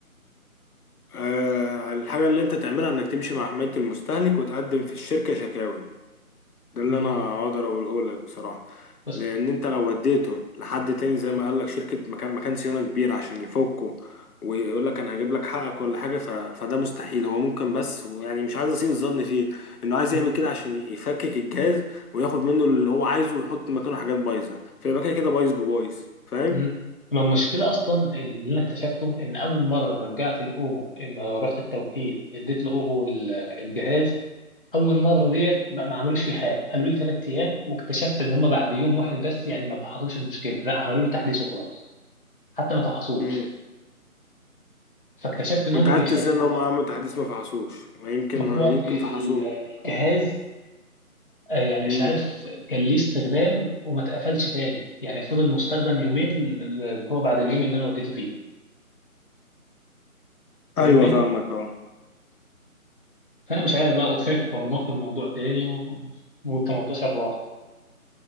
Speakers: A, on the left; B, on the left.
A: آه، الحاجة اللي انت تعملها انك تمشي مع حماية المستهلك وتقدم في الشركة شكاوي ده اللي
B: امم
A: انا اقدر اقوله لك بصراحه
B: بس
A: لان انت لو وديته لحد تاني زي
B: مم.
A: ما قال لك شركه مكان مكان صيانه كبير عشان يفكه ويقول لك انا هجيب لك حقك ولا حاجه ف... فده مستحيل هو ممكن بس ويعني مش عايز اسيء الظن فيه انه عايز
B: مم.
A: يعمل كده عشان يفكك الجهاز وياخد منه اللي هو عايزه ويحط مكانه حاجات بايظه فيبقى كده كده بايظ ببايظ فاهم
B: مم. ما المشكله اصلا اللي انا اكتشفته ان اول مره رجعت الاوبو اما رحت التوكيل اديت لاوبو ال- الجهاز اول مره ديت ما ما عملوش فيه حاجه قالوا لي ثلاث ايام واكتشفت ان هم بعد يوم واحد بس يعني ما فحصوش المشكله لا عملوا له تحديث وخلاص حتى ما فحصوش
A: امم
B: فاكتشفت ان
A: وانت
B: هم بيخافوا
A: عرفت ازاي ان هم
B: بقى
A: عملوا تحديث ما فحصوش ما يمكن
B: ما هو
A: يمكن
B: ال-
A: فحصوه
B: الجهاز آه، يعني مش
A: امم
B: عارف كان ليه استخدام وما اتقفلش تاني يعني فضل مستخدم يومين اللي هو بعد اليوم اللي انا وديته فيه فاهمني
A: ايوه فاهمك اه
B: فانا مش عارف بقى وخايف مرمطوا الموضوع تاني و... وال18 راح